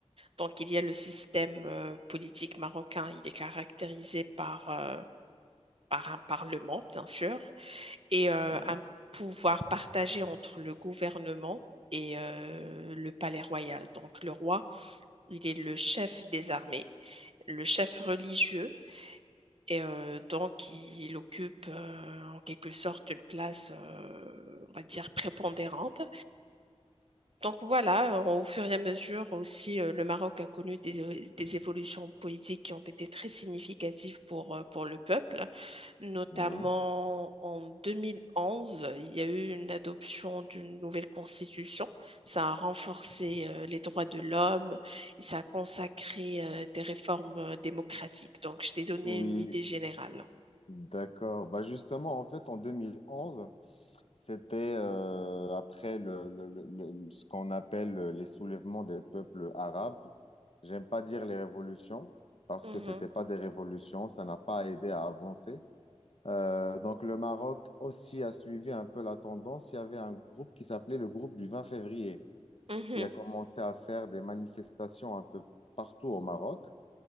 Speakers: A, on the right; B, on the left.
A: Donc, il y a le système euh, politique marocain. Il est caractérisé par euh, par un parlement, bien sûr, et euh,
B: ouais,
A: un pouvoir partagé entre le gouvernement et euh, le palais royal. Donc, le roi il est le chef des armées, le chef religieux, et euh, donc il occupe euh, en quelque sorte une place, euh, on va dire, prépondérante. Donc voilà, euh, au fur et à mesure aussi, euh, le Maroc a connu des, é- des évolutions politiques qui ont été très significatives pour, euh, pour le peuple. Notamment
B: ouais.
A: en 2011, il y a eu une adoption d'une nouvelle constitution. Ça a renforcé euh, les droits de l'homme et ça a consacré euh, des réformes euh, démocratiques. Donc je t'ai donné
B: Oui,
A: une idée générale.
B: D'accord. Bah justement, en fait, en 2011, c'était euh, après le, le- le- le- ce qu'on appelle les soulèvements des peuples arabes. J'aime pas dire les révolutions parce
A: Mhm,
B: que c'était pas des révolutions, ça n'a pas aidé à avancer. Euh, donc le Maroc aussi a suivi un peu la tendance. Il y avait un groupe qui s'appelait le groupe du 20 février
A: mhm,
B: qui a commencé à faire des manifestations un peu partout au Maroc.